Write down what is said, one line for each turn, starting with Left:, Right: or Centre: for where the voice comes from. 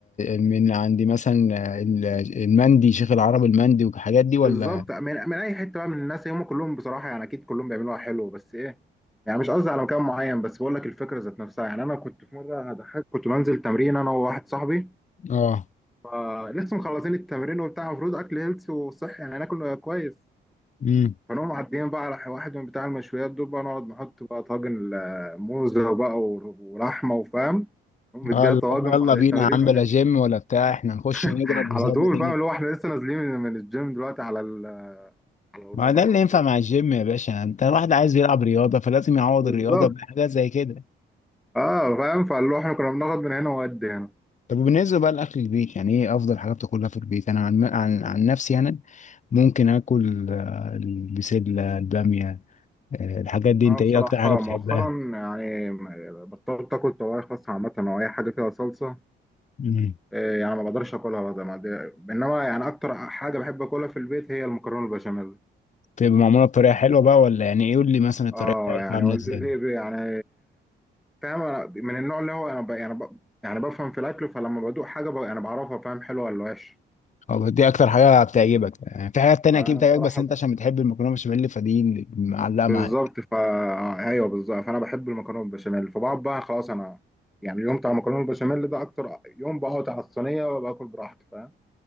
Left: من عندي مثلا آه، ال- المندي شيخ العرب المندي والحاجات دي ولا
Centre: بالظبط من, من اي حته بقى من الناس هم كلهم بصراحه يعني اكيد كلهم بيعملوها حلو بس ايه يعني مش قصدي على مكان معين بس بقول لك الفكره ذات نفسها يعني انا كنت في مره انا ضحكت كنت بنزل تمرين انا وواحد صاحبي
Left: اه
Centre: فلسه مخلصين التمرين وبتاع المفروض اكل هيلث وصحي يعني ناكل كويس
Left: امم
Centre: فنقوم معديين بقى على واحد من بتاع المشويات دول بقى نقعد نحط بقى طاجن آه، موزه بقى ور- ولحمه وفاهم نقوم مديها
Left: اه اللي
Centre: طواجن
Left: هو يلا
Centre: بعد
Left: بينا
Centre: التمرين
Left: يا عم
Centre: ونمشي
Left: بلا جيم ولا بتاع احنا نخش نضرب
Centre: <laughs>
Left: وزي
Centre: على طول
Left: ما تيجي
Centre: فاهم اللي هو احنا لسه نازلين من من الجيم دلوقتي على ال- على
Left: ما
Centre: المطعم
Left: ده اللي
Centre: على
Left: ينفع
Centre: طول
Left: مع الجيم يا باشا انت الواحد عايز يلعب رياضة فلازم يعوض
Centre: بالظبط
Left: الرياضة بحاجات زي كده
Centre: اه فاهم فاللي هو احنا كنا بناخد من هنا وقد هنا
Left: طب وبالنسبة بقى لأكل البيت يعني إيه أفضل حاجة بتاكلها في البيت؟ أنا عن عن, عن نفسي أنا ممكن آكل آه، البسلة البامية آه، الحاجات دي
Centre: اه
Left: أنت إيه
Centre: بصراحة
Left: أكتر حاجة بتحبها؟
Centre: مؤخرا يعني بطلت اكل طواجن خاصة عامة او اي حاجة فيها صلصة
Left: مم.
Centre: آه يعني ما بقدرش اكلها بقى ما دي- انما يعني اكتر حاجة بحب اكلها في البيت هي المكرونة البشاميل
Left: بتبقى معمولة بطريقة حلوة بقى ولا يعني إيه قول لي مثلا الطريقة
Centre: اه
Left: بتاعتها
Centre: يعني
Left: عاملة
Centre: والدتي
Left: إزاي؟
Centre: ب- يعني فاهم أنا من النوع اللي هو انا ب... يعني ب... يعني بفهم في الاكل فلما بدوق حاجة ب... يعني بعرفها فاهم حلوة ولا وحشة
Left: أو دي أكتر حاجة بتعجبك يعني في حاجات تانية
Centre: فانا
Left: أكيد بتعجبك
Centre: بصراحة
Left: بس أنت عشان بتحب المكرونة بشاميل فدي اللي معلقة
Centre: بالظبط
Left: معاك
Centre: فا ايوه بالظبط فانا بحب المكرونه بالبشاميل فبقعد بقى خلاص انا يعني اليوم بتاع المكرونه بالبشاميل ده اكتر يوم بقعد على الصينيه وباكل براحتي فاهم